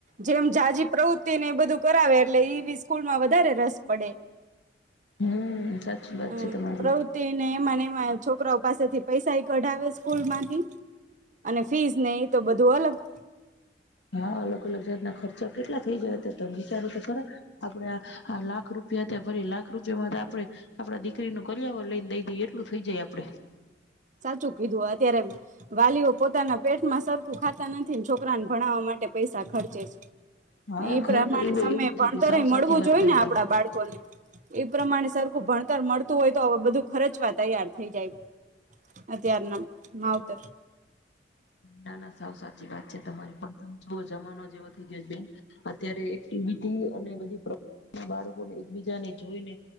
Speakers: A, on the right (about 45°); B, on the left (about 70°).
A: જેમ જાઝાજી પ્રવૃત્તિ ને એ બધું કરાવે એટલે એ <unintelligible> સ્કૂલ માં વધારે રસ પડે.
B: હમ સાચી વાત
A: હમ
B: છે તમારી
A: પ્રવૃતિ નને મનેમાં છોકરાઓ પાસેથી પૈસા કઢાવે સ્કૂલ માંથી, અને ફીસ નહી તો બધું અલગ.
B: હા અલગ અલગ જાતના ખર્ચા કેટલા થઈ જાય તમે વિચારો તો ખરા આપડે લાખ રૂપિયા ત્યાં ફરી લાખ રૂપિયામાં આપણે, આપ દ દીકરી નું કર્યા વર લઈને દઈ દઈ એટલું થઈ જાય આપડે
A: સાચું કીધું અત્યારે, વાલીઓ પોતાના પેટમાં સરખું ખાતા નથી છોકરાને ભણાવવા માટે પૈસા ખર્ચે છે.
B: હા
A: એ પ્રમાણે
B: ખરેખર એવું
A: સમય
B: એવું જ
A: ભણતરે
B: થઈ ગયું સાવ
A: મળવું
B: સાચી વાત
A: જો હોઈ
B: કરી
A: ને આપડા
B: તમે
A: બાળકોને એ પ્રમાણે સર ભણતર મળતું હોય તો બધું ખર્ચવા તૈયાર થઈ જાય. અધ્યારણ માઉતર
B: ના ના સાવ સાચી વાત છે તમારી પણ તમે જોુઓ જમાનો જેવો થઈ ગયો બેન, અત્યારે અને બધી બાળકો ને એકબીજા ને જોઈને